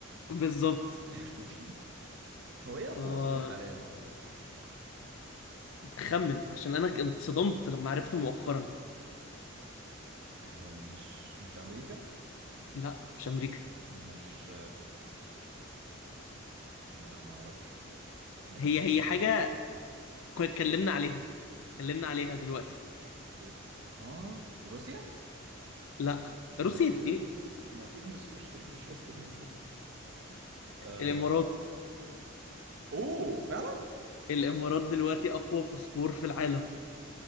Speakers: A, on the left; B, on the right.
A: بالظبط
B: <laughs> هو إيه أقوى
A: آه
B: باسبور حاليا موجود؟
A: خمن عشان انا اتصدمت لما عرفت مؤخرا
B: هي مش مش أمريكا؟
A: لا مش امريكا
B: مش إيه ده لأ ما أعرفش ما دام
A: هي
B: مش
A: هي
B: أمريكا
A: حاجة
B: ده
A: كنا اتكلمنا
B: إيه؟
A: عليها اتكلمنا عليها دلوقتي
B: ده- ها روسيا؟
A: لا روسيا
B: ماليزيا؟
A: ايه
B: ما أكيد مش روسيا <laughs> مش روسيا ما أظنش آه...
A: الامارات
B: أوه فعلا؟
A: الامارات دلوقتي اقوى باسبور في العالم